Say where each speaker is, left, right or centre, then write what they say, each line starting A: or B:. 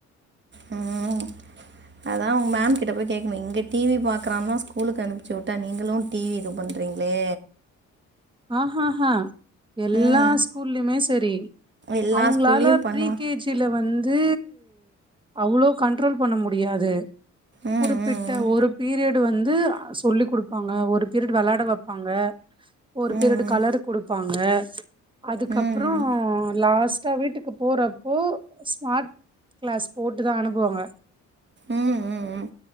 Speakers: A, on the right (about 35°); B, on the right (about 15°).
A: ம் அதா உங்க மேம்கிட்ட போய் கேட்கணு இங்க டிவி பாக்குறானு தா ஸ்கூலுக்கு அனுப்சி உட்டா நீங்களு டிவி இது பண் றீங்ளே
B: ஆஹஹ எல்லா
A: ம்
B: ஸ்கூல்லய்மே சரி
A: எல்லா
B: அவுங்ளால
A: ஸ்கூல்லயு பண்ணுவா
B: ப்ரீ கேஜி ஜில வந்து அவ்ளோ கண்ட்ரோல் பண்ண முடியாது
A: ம்
B: குறிப்பிட்ட
A: ம் ம்
B: ஒரு பீரியட் வந்து சொல்லி குடுப்பாங்க ஒரு பீரியட் வெளாட வெப்பாங்க ஒரு பீரியடு
A: ம் ம்
B: கலர் குடுப்பாங்க அதுக்கப்றோ
A: ம் ம்
B: லாஸ்ட்டா வீட்டுக்கு போறப்போ ஸ்மார்ட் கிளாஸ் போட்டு தா அனுப்புவாங்க
A: ம் ம் ம்